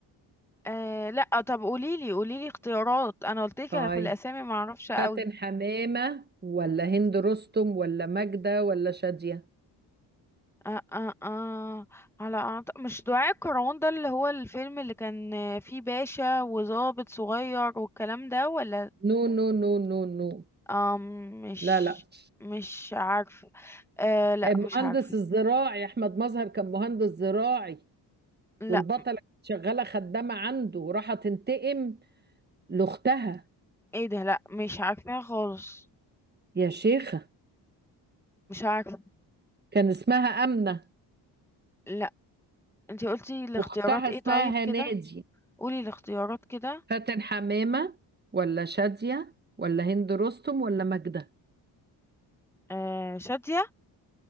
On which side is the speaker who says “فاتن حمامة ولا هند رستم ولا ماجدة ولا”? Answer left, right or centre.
Right